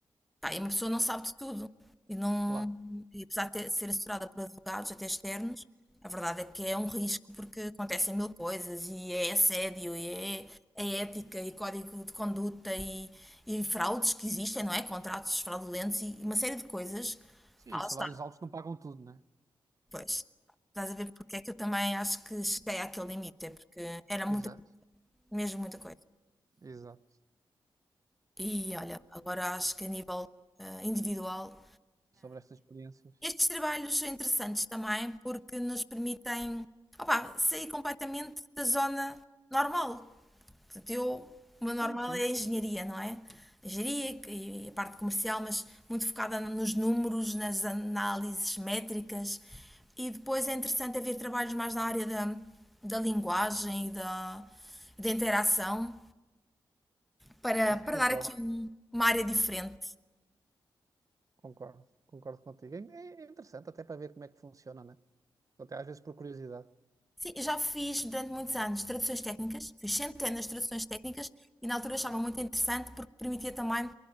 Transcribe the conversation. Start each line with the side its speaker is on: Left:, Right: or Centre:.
Centre: Pá, e uma pessoa não sabe de tudo. E, não,
Right: Claro.
Centre: e apesar de ter- ser assessorada por advogados, até externos, a verdade é que é um risco porque acontecem mil coisas e é assédio, e é, é ética, e código de conduta, e, e fraudes que existem, não é? Contratos fraudulentos e uma série de coisas.
Right: Sim,
Centre: Pá,
Right: os
Centre: lá está,
Right: salários altos não pagam tudo, né?
Centre: pois. Estás a ver porque é que eu também acho que cheguei àquele limite, é porque era muita,
Right: Exato,
Centre: mesmo muita coisa.
Right: exato.
Centre: E olha, agora acho que a nível eh, individual
Right: Sobre estas experiências.
Centre: Estes trabalhos são interessantes também porque nos permitem opá, sair completamente da zona normal. Portanto, eu, o meu
Right: Sim,
Centre: normal
Right: sim,
Centre: é a engenharia, não é? A engenharia e a parte comercial, mas muito focada nos números, nas análises métricas. E depois é interessante haver trabalhos mais na área da, da linguagem e da, da interação para,
Right: sim,
Centre: para
Right: concordo,
Centre: dar aqui um- uma área diferente
Right: concordo, concordo contigo. É, é interessante até para ver como é que funciona, né? Até às vezes por curiosidade.
Centre: Sim, eu já fiz durante muitos anos traduções técnicas, fiz centenas de traduções técnicas e na altura achava muito interessante porque permitia também